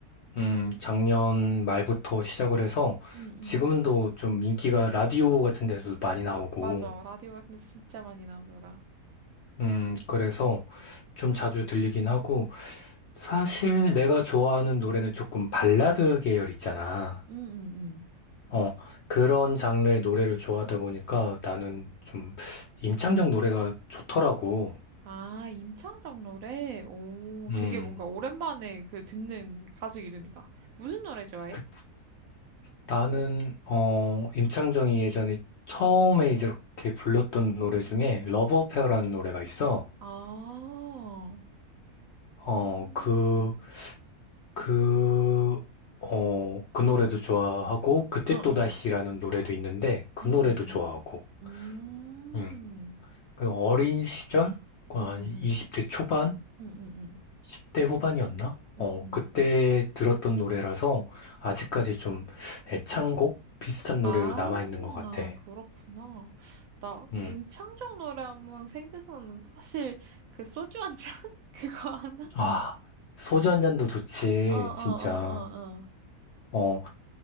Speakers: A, on the left (about 65°); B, on the right (about 65°).
A: 음, 작년 말부터 시작을 해서
B: 응, 응.
A: 지금도 좀 인기가 라디오 같은 데서도 많이 나오고,
B: 맞아. 라디오 같은 데서 진짜 많이 나오더라.
A: 음, 그래서 좀 자주 들리긴 하고, 사실 내가 좋아하는 노래는 조금 발라드 계열 있잖아.
B: 응, 응, 응.
A: 어, 그런 장르의 노래를 좋아하다 보니까 나는 좀 임창정 노래가 좋더라고.
B: 아, 임창정 노래? 오,
A: 음,
B: 되게 뭔가 오랜만에 그 듣는 가수 이름이다. 무슨 노래 좋아해?
A: 그, 나는, 어, 임창정이 예전에 처음에 이렇게 불렀던 노래 중에 러브 어페어라는 노래가 있어.
B: 아,
A: 어,
B: 음.
A: 그, 그, 어, 그 노래도 좋아하고, 그때
B: 어,
A: 또다시라는
B: 어.
A: 노래도 있는데, 그
B: 응응응.
A: 노래도 좋아하고,
B: 음, 음,
A: 음, 그 어린 시절? 아니,
B: 음, 응응응.
A: 20대 초반?
B: 응응.
A: 10대 후반이었나?
B: 응응.
A: 어, 그때 들었던 노래라서 아직까지 좀 애창곡 비슷한
B: 아,
A: 노래로 남아있는 것 같아.
B: 아, 그렇구나. 나
A: 음.
B: 임창정 노래 하면 생각나는 거 사실 그 소주 한 잔? <laughs> 그거 하나?
A: 아, 소주 한 잔도 좋지,
B: 어어어어어.
A: 진짜. 어,